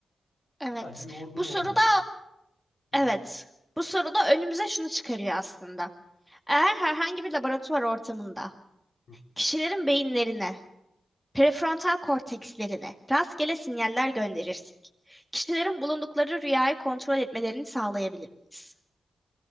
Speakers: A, in the centre; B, on the left.
A: evet.
B: Sadece yorgun
A: Bu
B: olmayayım.
A: soruda
B: Hı,
A: evet. Bu soruda önümüze şunu çıkarıyor aslında. Eğer herhangi bir laboratuvar ortamında
B: hı.
A: kişilerin beyinlerine, prefrontal kortekslerine rastgele sinyaller gönderirsek, kişilerin bulundukları rüyayı kontrol etmelerini sağlayabilir miyiz?